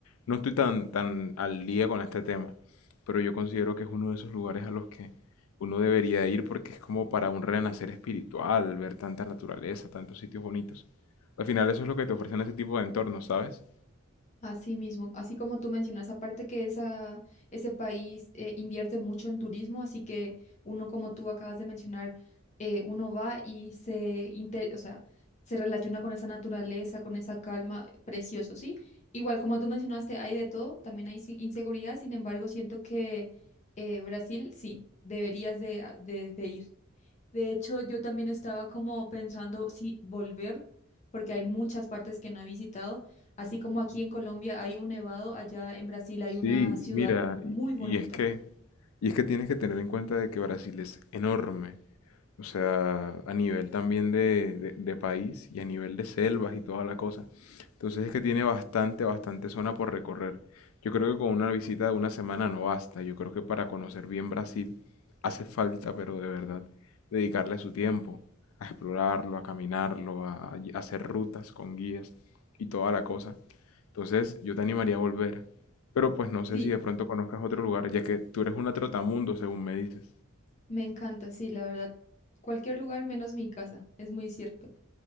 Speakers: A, on the left; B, on the left.
A: No estoy tan, tan al día con este tema, pero yo considero que es uno de esos lugares a los que uno debería ir porque es como para un renacer espiritual, ver tanta naturaleza, tantos sitios bonitos. Al final eso es lo que te ofrecen ese tipo de entornos, ¿sabes?
B: Así mismo, así como tú mencionas, aparte que esa, ese país eh, invierte mucho en turismo, así que uno como tú acabas de mencionar, eh, uno va y se, inte- o sea, se relaciona con esa naturaleza, con esa calma, precioso, ¿sí? Igual como tú mencionaste, hay de todo, también hay si- inseguridad, sin embargo, siento que eh, Brasil, sí, deberías de, de de ir. De hecho, yo también estaba como pensando si volver, porque hay muchas partes que no he visitado. Así como aquí en Colombia hay un nevado, allá en Brasil hay
A: Sí,
B: una ciudad
A: mira,
B: muy bonita.
A: y, y es que, y es que tienes que tener en cuenta de que Brasil es enorme. O sea, a nivel también de, de- de país y a nivel de selvas y toda la cosa. Entonces es que tiene bastante, bastante zona por recorrer. Yo creo que con una visita de una semana no basta. Yo creo que para conocer bien Brasil hace falta, pero de verdad, dedicarle su tiempo a explorarlo, a caminarlo, a, a y- a hacer rutas con guías y toda la cosa. Entonces yo te animaría a volver. Pero pues no sé
B: Sí,
A: si de pronto conozcas otro lugar, ya que tú eres una trotamundo, según me dices.
B: me encanta, sí, la verdad. Cualquier lugar menos mi casa, es muy cierto.